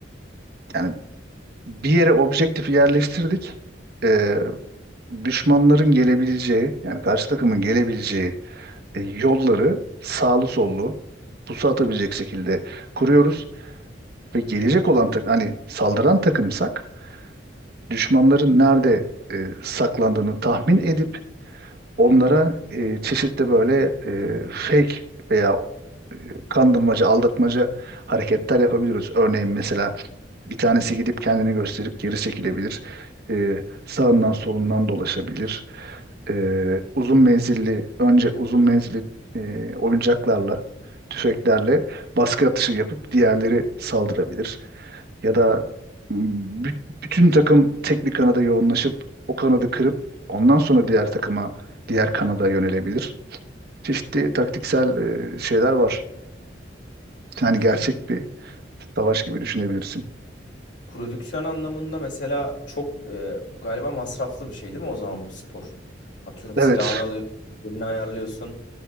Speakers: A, on the right; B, on the left.
A: yani bir yere objektifi yerleştirdik. Ee, düşmanların gelebileceği yani karşı takımın gelebileceği e, yolları sağlı sollu pusu atabilecek şekilde kuruyoruz. Ve gelecek olan tak- hani saldıran takımsak düşmanların nerede e, saklandığını tahmin edip onlara e, çeşitli böyle e, fake veya e, kandırmaca, aldatmaca hareketler yapabiliyoruz. Örneğin mesela bir tanesi gidip kendini gösterip geri çekilebilir. E, sağından solundan dolaşabilir. E, uzun menzilli, önce uzun menzilli e, oyuncaklarla, tüfeklerle baskı atışı yapıp diğerleri saldırabilir. Ya da bü- bütün takım tek bir kanada yoğunlaşıp o kanadı kırıp ondan sonra diğer takıma, diğer kanada yönelebilir. Çeşitli taktiksel e, şeyler var. Yani
B: Peki
A: gerçek bir savaş gibi düşünebilirsin.
B: Prodüksiyon anlamında mesela çok e, galiba masraflı bir şey değil mi o zaman bu spor? Atıyorum
A: Evet,
B: silahını alıyorsun, yerini ayarlıyorsun.